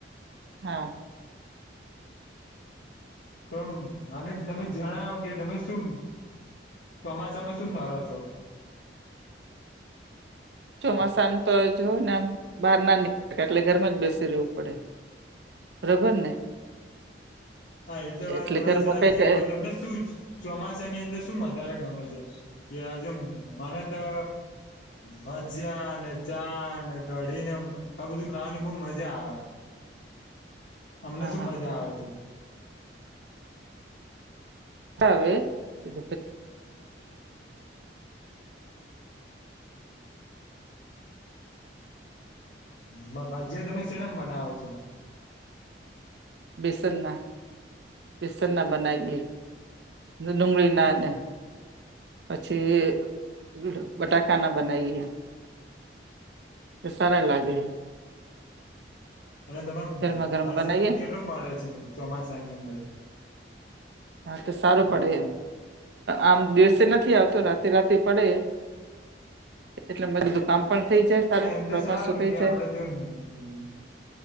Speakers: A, on the right; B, on the left.
A: હા.
B: તો અને તમે જણાવો કે તમે શું ચોમાસામાં શું કરો છો?
A: ચોમાસામ તો જોવ ને આમ બહાર ના નીકળ એટલે ઘરમાં જ બેસી રહેવું પડે બરોબર ને
B: હા એ તો વાત
A: એટલે
B: તમારી
A: ઘરમાં
B: સાચી
A: કઈ કઈ
B: છે, પણ તમને શું ચોમાસાની અંદર શું વધારે ગમે છે, કે જ મને તો ભજયા ને ચા ને કઢી ને આ બધું ખાવાની બો મજા આવે અમને
A: હા
B: શું
A: હા
B: મજા આવે છે.
A: તા વે <unintelligible>
B: જે ભ ભજીયા તમે સેનામ બનાવો છો?
A: બેસન ના બેસન ના બનાએ દુંગળરી નાને પછી બટાકાના બનાવીએ સારા લાગે
B: અને તમે
A: ગરમા ગરમ
B: વરસાદ
A: બનાવીએ
B: એટલો મળે છે, ચોમાસાની અંદર
A: હા તો સારું પડે આમ દિવસે નથી આવતો રાતે રાતે પડે એટલે <unintelligible> સારું
B: હા
A: કપડાં
B: એમ તો સારું
A: પણ સુકાઈ
B: કે
A: જાય
B: આપડે જો હમ્મ